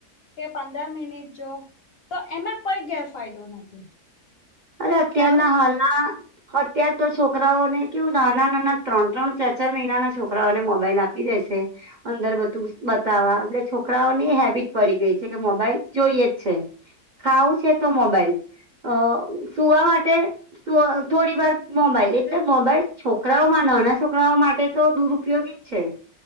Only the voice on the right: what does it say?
અરે અત્યારના
હાલના અત્યાર તો છોકરાઓને કેવું નાના -નાના ત્રણ- ત્રણ ચાર -ચાર મહિનાના છોકરાઓને મોબાઈલ આપી દેશે અંદર બધું બતાવા એટલે છોકરાઓને હેબિટ પડી ગઈ છે, કે મોબાઈલ જોઈએ જ છે, ખાવું છે, તો મોબાઈલ અ સુવા માટે થોડીવાર મોબાઈલ એટલે મોબાઈલ છોકરાઓમાં નાના છોકરાઓ માટે તો દુરુઉપયોગી, ઈ છે